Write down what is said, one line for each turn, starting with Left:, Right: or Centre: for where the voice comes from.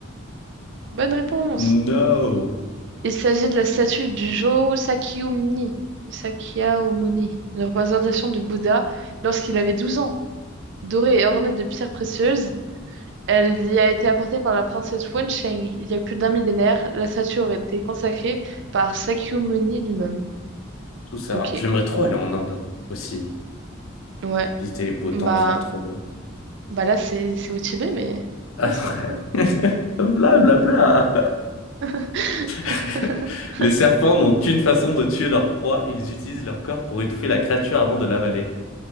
Right: Bonne réponse!
Left: No!
Right: Il s'agit de la statue du Jo Sakyamuni, Sakyamuni, une représentation du Bouddha lorsqu'il avait 12 ans. Dorée et ornée de pierres précieuses, elle y a été apportée par la princesse Wen Cheng. Il y a plus d'un millénaire, la statue aurait été consacrée par Sakyamuni lui-même.
Left: Tout ça.
Right: Ok,
Left: J'aimerais trop aller en Inde aussi.
Right: ouais.
Left: Visiter les beaux
Right: Bah,
Left: temples, ça a l'air trop beau.
Right: bah là, c'est c'est au Tibet, mais
Left: <laughs>
Right: ouais, ça a l'air cool.
Left: Bla bla bla.
Right: <laughs>
Left: <laughs> Les serpents n'ont qu'une façon de tuer leur proie, ils utilisent leur corps pour étouffer la créature avant de l'avaler.